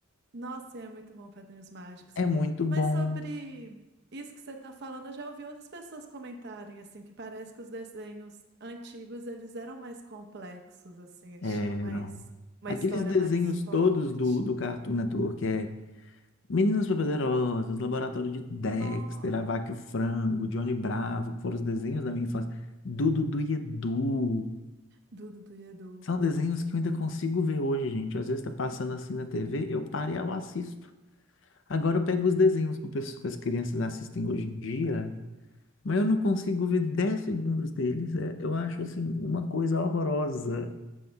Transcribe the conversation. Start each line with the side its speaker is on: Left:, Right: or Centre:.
Right: Nossa, é muito bom Padrinhos Mágicos.
Left: É muito bom.
Right: Mas sobre isso que você está falando, eu já ouvi outras pessoas comentarem, assim, que parece que os desenhos antigos, eles eram mais complexos, assim, eles
Left: Eram
Right: tinham mais. Uma
Left: aqueles
Right: história
Left: desenhos
Right: mais forte.
Left: todos do, do Cartoon Network, é Meninas Superpoderosas, Laboratório de Dexter,
Right: Nossa.
Left: A Vaca e o Frango, Johnny Bravo, que foram os desenhos da minha infância. Dudu Dudu e Edu.
Right: Do Dudu e Edu.
Left: São desenhos que eu ainda consigo ver hoje, gente. Às vezes tá passando assim na TV, eu paro e eu assisto. Agora eu pego os desenhos que o pessoal- que as crianças assistem hoje em dia, mas eu não consigo ver 10 segundos deles. É, eu acho assim uma coisa horrorosa.